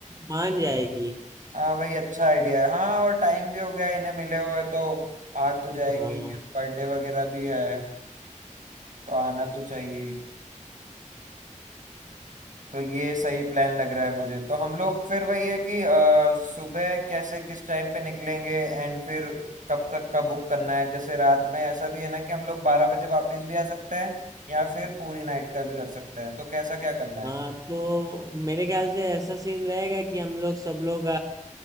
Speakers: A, on the right; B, on the right.
A: मान जाएगी
B: हाँ वही अच्छा आइडिया है हाँ और टाइम भी हो गया इन्हें मिले हुए तो आ तो जाएगी
A: हाँ
B: बर्थडे वगैरह भी है तो आना तो चाहिए तो ये सही प्लान लग रहा है मुझे तो हम लोग फिर वही है कि अ, सुबह कैसे किस टाइम पे निकलेंगे एंड फिर कब तक का बुक करना है जैसे रात में ऐसा भी है ना कि हम लोग बारह बजे वापस भी आ सकते हैं या फिर पूरी नाइट का भी कर सकते हैं तो कैसा क्या करना है
A: हाँ तो मेरे ख्याल से ऐसा सीन रहेगा कि हम लोग सब लोग